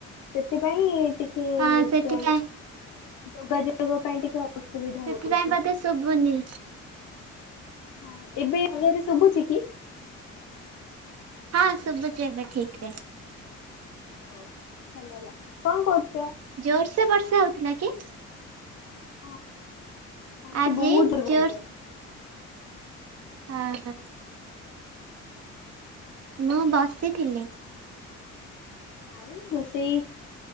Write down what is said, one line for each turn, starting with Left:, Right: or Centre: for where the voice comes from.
Left: ସେଥିପାଇଁ ଟି ଟିକେ
Right: ହଁ ସେଥିପାଇଁ
Left: ଯ ଯୋଗାଯୋଗ ପାଇଁ ଟିକେ ଅସୁବିଧା
Right: ସେଥିପାଇଁ
Left: ହଉଚି।
Right: ବୋଧେ ଶୁଭୁନି।
Left: ହଁ। ଏବେ ଭଲରେ ଶୁଭୁଚି କି?
Right: ହଁ ଶୁବୁଚି ଏବେ ଠିକ୍ ରେ।
Left: ହଉ ଭଲ ହେଲା। କଣ କରୁଚ?
Right: ଜୋରସେ ବର୍ଷା ହଉଥିଲା କି?
Left: ହଁ ଏଇଠି
Right: ଆଜି
Left: ବହୁତ ଜୋର୍।
Right: ଜୋର
Left: <unintelligible>
Right: ଅ ହଁ। ମୁଁ ବସିଥିଲି।
Left: ଆଉ ରୋଷେଇ